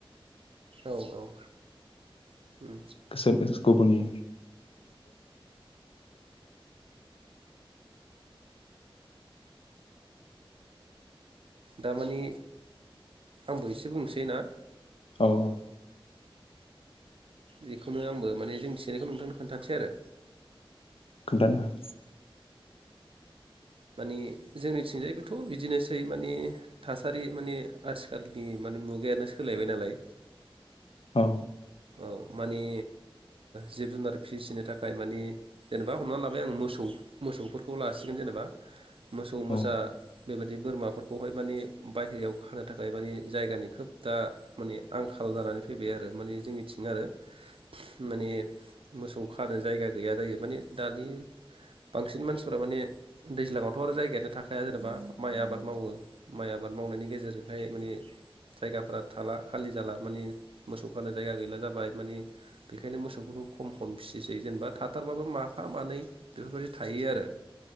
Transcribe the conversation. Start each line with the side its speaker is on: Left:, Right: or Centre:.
Right: औ औ
Left: <unintelligible>
Right: उम
Left: गुबनि
Right: दामानि आंबो एसे बुंसै ना
Left: औ।
Right: बेखौनो आंबो माने जों मिथिनायखौ नोंथांनो खोन्थानोसै आरो।
Left: खोन्थानो हा-
Right: मानि जोंनिथिंजायबोथ बिदिनोसै माने थासारि माने आथिखालनि माने मुगायानो सोलायबाय नालाय।
Left: औ।
Right: औ मानि जिब जुनार फिसिनो थाखाय मानि जेनेबा हमनानै लाबाय आं मोसौ मोसौफोरखौ लासिगोन जेनेबा। मोसौ
Left: औ
Right: मोसा। बेबायदि बोरमाफोरखौहाय माने बाहेरायाव खानो थाखाय माने जायगानि खोब दा माने आंखाल जानानै फैबाय आरो माने जोंनि। थिं आरो माने मोसौ खानो जायगा गैया जायो माने दानि बांसिन मानसिफोरा माने दैज्लाङावथ आरो जायगायानो थाखाया माने जेनेबा माइ आबाद मावो माइ आबाद मावनायनि गेजेरजोंहाय माने जायगाफोरा थाला खालि जाला माने मोसौ खानो जायगा गैला। जाबाय माने बेखायनो मोसौफोरखौ खम खम फिसै जेनेबा थाथारबाबो माबा मनै बेफोरबायदि थायो आरो